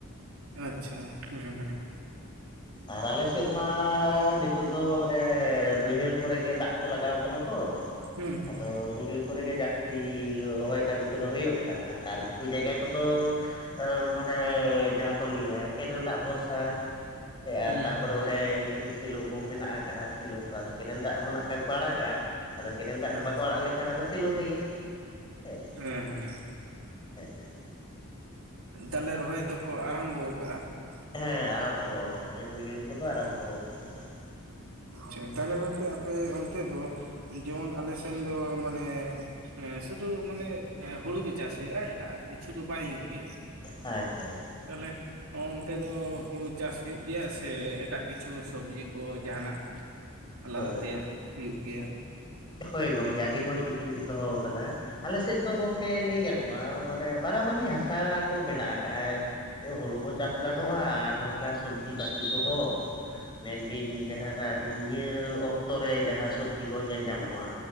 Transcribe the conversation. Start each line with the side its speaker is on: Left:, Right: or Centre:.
Right: ᱟᱪᱪᱷᱟ ᱦᱩᱸ ᱦᱩᱸ᱾
Left: ᱟᱨ ᱟᱞᱮ ᱥᱮᱜ ᱢᱟ ᱱᱤᱛᱚᱜ ᱫᱚ ᱢᱟᱱᱮ ᱵᱟᱹᱭᱦᱟᱹᱲ ᱠᱚᱨᱮᱜ ᱜᱮ ᱫᱟᱜ ᱠᱚ ᱞᱟᱜᱟᱣ ᱠᱟᱱᱟ ᱛᱚ
Right: ᱦᱩᱸ ᱦᱩᱸ
Left: ᱟᱫᱚ ᱵᱟᱹᱭᱦᱟᱹᱲ ᱠᱚᱨᱮ ᱜᱮ ᱡᱟᱹᱥᱛᱤ ᱨᱚᱦᱚᱭ ᱠᱟᱹᱢᱤ ᱠᱚᱫᱚ ᱦᱩᱭᱩᱜ ᱠᱟᱱᱟ ᱟᱨ ᱜᱷᱩᱴᱩ ᱡᱟᱭᱜᱟ ᱠᱚ ᱫᱚ ᱮ ᱱᱚᱸᱰᱮ ᱡᱟᱦᱟᱸ ᱠᱚ ᱞᱟᱹᱭᱟ ᱠᱮᱱᱮᱞ ᱫᱟᱜ ᱵᱷᱚᱨᱥᱟ ᱮ
Right: ᱦᱩᱸ
Left: ᱟᱨ ᱛᱟᱯᱚᱨᱮ
Right: ᱦᱩᱸ
Left: ᱚᱸᱰᱮ ᱠᱟᱹᱴᱤᱡ ᱥᱤᱞᱚ ᱠᱚ ᱢᱮᱱᱟᱜ ᱟᱠᱟᱜᱼᱟ ᱥᱤᱞᱚ ᱠᱚ ᱟᱫᱚ ᱠᱮᱱᱮᱞ ᱫᱟᱜ ᱦᱚᱸ ᱱᱟᱜ ᱠᱷᱟᱱ ᱠᱚ ᱟᱲᱟᱜᱟ ᱟᱫᱚ ᱠᱮᱱᱮᱞ ᱫᱟᱜ
Right: ᱦᱮᱸ
Left: ᱵᱟᱠᱚ ᱟᱲᱟᱜ ᱞᱮ ᱮᱠᱷᱟᱱ ᱟᱫᱚ ᱥᱤᱞᱚ ᱛᱮᱜᱮ ᱦᱮᱸ᱾
Right: ᱦᱮᱸ ᱦᱮᱸ
Left: <inaudible>
Right: ᱛᱟᱞᱮ ᱨᱚᱦᱚᱭ ᱫᱚᱠᱚ ᱟᱨᱟᱢᱵᱚ ᱟᱠᱟᱜ-ᱟ
Left: ᱦᱮᱸ ᱟᱨᱟᱢᱵᱚ ᱟᱠᱟᱫ ᱜᱮᱭᱟ ᱵᱟᱹᱭᱦᱟᱹᱲ ᱠᱚᱫᱚ
Right: ᱦᱩᱸ
Left: ᱟᱨᱟᱢᱵᱚ ᱟᱠᱟᱫᱟ ᱦᱟᱸᱜ
Right: ᱟᱪᱪᱷᱟ ᱛᱟᱦᱚᱞᱮ ᱜᱚᱝᱠᱮ ᱟᱯᱮ ᱚᱱᱛᱮ ᱫᱚ ᱡᱮᱢᱚᱱ ᱟᱞᱮ ᱥᱮᱱ ᱫᱚ ᱢᱟᱱᱮ ᱮᱸ ᱥᱩᱫᱷᱩ ᱢᱟᱱᱮ ᱮᱸ ᱦᱩᱲᱩ ᱜᱮ ᱪᱟᱥ ᱦᱩᱭᱩᱜ-ᱟ ᱮᱴᱟᱜ ᱠᱤᱪᱷᱩ ᱫᱚ ᱵᱟᱭ ᱦᱩᱭᱩᱜ ᱜᱮᱭᱟ
Left: ᱟᱪᱪᱷᱟ ᱟᱪᱪᱷᱟ
Right: ᱛᱟᱦᱚᱞᱮ ᱚ ᱚᱱᱛᱮ ᱫᱚ ᱦᱩᱲᱩ ᱪᱟᱥ ᱦᱩᱭᱩᱜ ᱜᱮᱭᱟ ᱥᱮ ᱮᱴᱟᱜ ᱠᱤᱪᱷᱩ ᱥᱚᱵᱽᱡᱤ ᱠᱚ ᱡᱟᱦᱟᱱᱟᱜ ᱟᱞᱟᱫᱟ
Left: ᱦᱳᱭ
Right: ᱛᱮᱭᱟᱜ ᱦᱩᱭᱩᱜ ᱜᱮᱭᱟ
Left: ᱦᱳᱭ ᱜᱚᱝᱠᱮ ᱟᱹᱰᱤ ᱢᱚᱸᱡᱽ ᱠᱩᱠᱞᱤ ᱵᱤᱱ ᱫᱚᱦᱚ ᱟᱠᱟᱫᱟ ᱟᱞᱮ ᱥᱮᱫ ᱫᱚ ᱜᱚᱝᱠᱮ ᱞᱟᱹᱭ ᱜᱟᱱᱚᱜ ᱱᱚᱣᱟ ᱢᱟᱱᱮ ᱵᱟᱲᱟᱵᱟᱹᱨᱤ ᱦᱟᱥᱟ ᱠᱚ ᱢᱮᱱᱟᱜ ᱟᱠᱟᱫ-ᱟ ᱦᱩᱲᱩ ᱦᱚᱸ ᱪᱟᱥ ᱜᱟᱱᱚᱜ-ᱟ ᱟᱨ ᱱᱚᱝᱠᱟ ᱥᱚᱵᱽᱡᱤ ᱯᱟᱹᱛᱤ ᱠᱚᱦᱚᱸ ᱢᱮᱱ ᱫᱤᱧ ᱡᱟᱦᱟᱱᱟᱜ ᱱᱤᱭᱟᱹ ᱚᱠᱛᱚ ᱨᱮ ᱡᱟᱦᱟᱸ ᱥᱚᱵᱽᱡᱤ ᱠᱚ ᱧᱮᱞ ᱧᱟᱢᱚᱜ